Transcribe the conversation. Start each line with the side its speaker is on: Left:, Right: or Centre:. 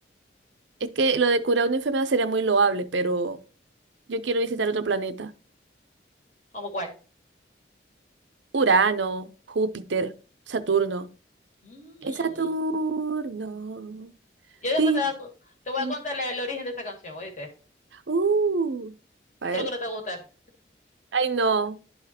Right: es que lo de curar una enfermedad sería muy loable, pero yo quiero visitar otro planeta.
Left: ¿Cómo cuál?
Right: Urano, Júpiter, Saturno.
Left: Mm.
Right: Es Saturno.
Left: Yo después
Right: Pin,
Left: te, da- te voy
Right: pin.
Left: a contar la- el origen de esta canción, oíste.
Right: Uh. A
Left: Y creo
Right: ver.
Left: que no te va a gustar.
Right: Ay, no.